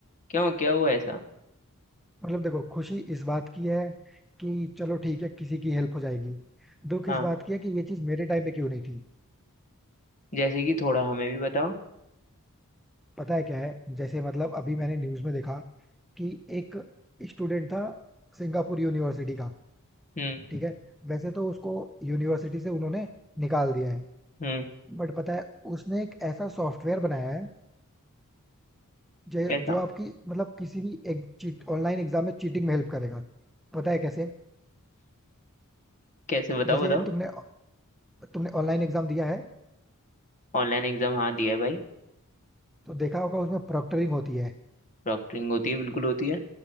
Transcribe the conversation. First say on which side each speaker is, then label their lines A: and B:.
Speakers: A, on the left; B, in the centre.
A: क्यों क्या हुआ ऐसा
B: मतलब देखो खुशी इस बात की है कि चलो ठीक है किसी की हेल्प हो जाएगी दुख
A: हाँ
B: इस बात की है कि ये चीज़ मेरे टाइम पे क्यों नहीं थी
A: जैसे कि थोड़ा हमें भी बताओ
B: पता है क्या है जैसे मतलब अभी मैंने न्यूज़ में देखा कि एक स्टूडेंट था सिंगापुर यूनिवर्सिटी का
A: हम्म
B: ठीक है वैसे तो उसको यूनिवर्सिटी से उन्होंने निकाल दिया है
A: हम्म
B: बट पता है उसने एक ऐसा सॉफ्टवेयर बनाया है जो
A: कैसा
B: जो आपकी मतलब किसी भी एक चीट ऑनलाइन एग्जाम में चीटिंग में हेल्प करेगा पता है कैसे
A: कैसे बताओ
B: जैसे
A: बताओ
B: तुमने तुमने ऑनलाइन एग्जाम दिया है
A: ऑनलाइन एग्जाम हाँ दिया है भाई
B: तो देखा होगा उसमें प्रॉक्टरिंग होती है
A: प्रॉक्टरिंग होती है बिल्कुल होती है